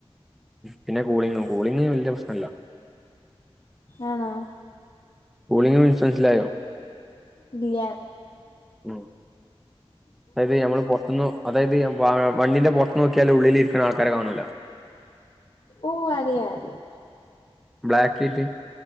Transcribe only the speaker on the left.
ആണോ?
ഇല്ല്യാ.
ഓഹ് അറിയ അറിയാ.